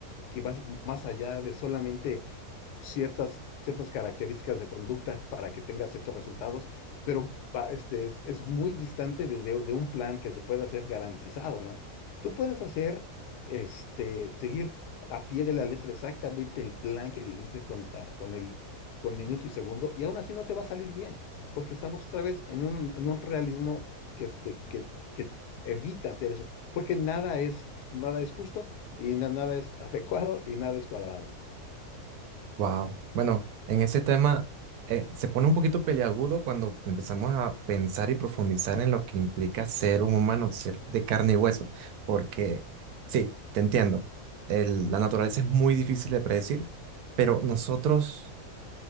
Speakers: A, on the left; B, on the right.
A: que va más allá de solamente ciertas, ciertas características de conducta para que tenga ciertos resultados, pero va- este, es, es muy distante de, de- de un plan que se pueda hacer garantizado, ¿no? Tú puedes hacer, este, seguir a pie de la letra exactamente el plan que dijiste con, ah, con el con minuto y segundo, y aún así no te va a salir bien, porque estamos otra vez en un, en un realismo que, este, que, que evita hacer eso, porque nada es, nada es justo y na- nada es <laughs> adecuado y nada es cuadrado.
B: Wow. Bueno, en ese tema eh, se pone un poquito peliagudo cuando empezamos a pensar y profundizar en lo que implica ser un humano, ser de carne y hueso, porque sí, te entiendo. El- la naturaleza es muy difícil de predecir, pero nosotros...